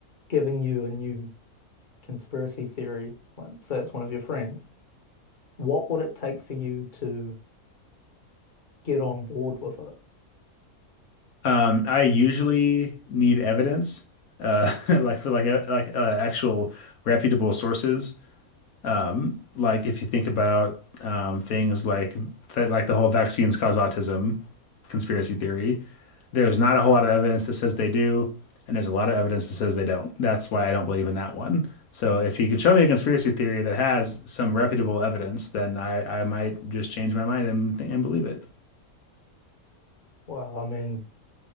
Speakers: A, on the left (about 35°); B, on the left (about 75°).
A: giving you a new conspiracy theory, like say it's one of your friends. what would it take for you to get on board with it?
B: Um, I usually need evidence, uh, <laughs> like for like uh, like uh, actual reputable sources. Um, like if you think about um, things like that, like the whole vaccines cause autism conspiracy theory, there's not a whole lot of evidence that says they do, and there's a lot of evidence that says they don't. That's why I don't believe in that one. So if you can show me a conspiracy theory that has some reputable evidence, then I, I might just change my mind and and believe it.
A: Well, I mean,